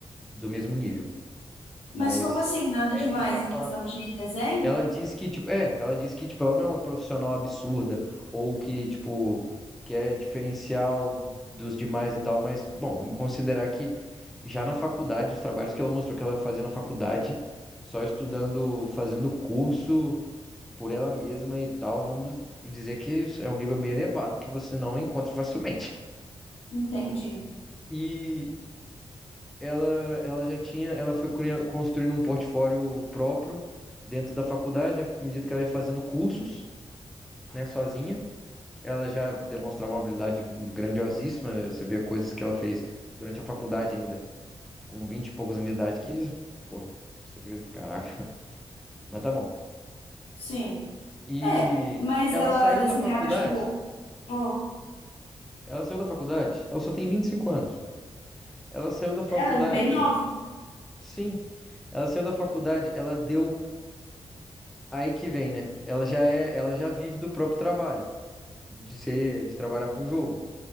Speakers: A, in the centre; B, on the left (about 80°).
A: do mesmo nível. Mas
B: Mas como assim, nada
A: aí
B: demais
A: a gente está falando
B: em questão de desenho?
A: Ela diz que, tipo, é, ela diz que, tipo, ela não é uma profissional absurda, ou que, tipo, que é diferencial dos demais e tal, mas, bom, vamos considerar que já na faculdade, os trabalhos que ela mostrou que ela fazia na faculdade, só estudando, fazendo curso por ela mesma e tal, vamos dizer que é um nível bem elevado que você não encontra facilmente. <laughs>
B: Entendi.
A: E ela, ela já tinha, ela foi cria- construindo um portfólio próprio dentro da faculdade, à medida que ela ia fazendo cursos. né, sozinha. Ela já demonstrava uma habilidade grandiosíssima, né? Você vê coisas que ela fez durante a faculdade ainda, com 20 e poucos anos de idade, que, pô, você fica assim, caraca. <laughs> Mas tá bom.
B: Sim.
A: E
B: É, mas
A: ela
B: ela
A: saiu
B: desenhava,
A: da faculdade.
B: tipo, ó,
A: Ela saiu da faculdade. Ela só tem 25 anos. Ela saiu da faculdade,
B: ela é bem
A: cara.
B: nova.
A: Sim. Ela saiu da faculdade, ela deu aí que vem, né? Ela já é, ela já vive do próprio trabalho, de ser, de trabalhar com jogo